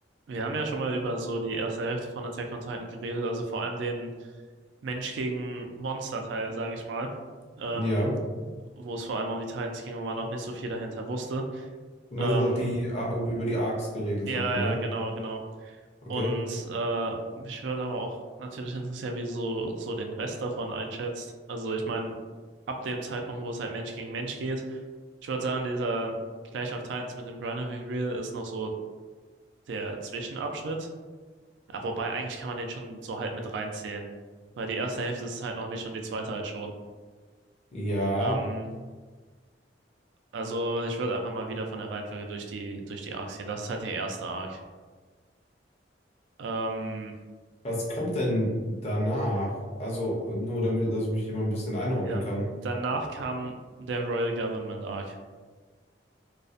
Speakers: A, on the right (about 75°); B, on the left (about 35°).
A: Wir haben ja schon mal über so die erste Hälfte von Attack on Titan geredet, also vor allem den Mensch gegen Monster-Teil, sage ich mal, ähm,
B: Ja,
A: wo es vor allem um die Titans ging und man noch nicht so viel dahinter wusste.
B: du meinst
A: Ähm,
B: jetzt auch die, A- wo wir über die ARCs geredet
A: ja,
B: hatten,
A: ja,
B: ne?
A: genau, genau.
B: Okay.
A: Und äh, mich würde aber auch natürlich interessieren, wie du so, so den Rest davon einschätzt. Also ich meine, ab dem Zeitpunkt, wo es halt Mensch gegen Mensch geht, ich würde sagen, dieser Clash of Titans mit dem Bronner Reveal ist noch so der Zwischenabschnitt. Ja, wobei, eigentlich kann man den schon so halt mit reinzählen. Weil die erste Hälfte ist es halt noch nicht und die zweite halt schon.
B: Ja,
A: Ähm, also ich würde einfach mal wieder von der Reihenfolge durch die, durch die Arcs gehen. Das ist halt der erste Arc. Ähm,
B: was kommt denn danach? Also nur damit, dass ich mich immer ein bisschen einordnen
A: ja.
B: kann.
A: Danach kam der Royal Government Arc.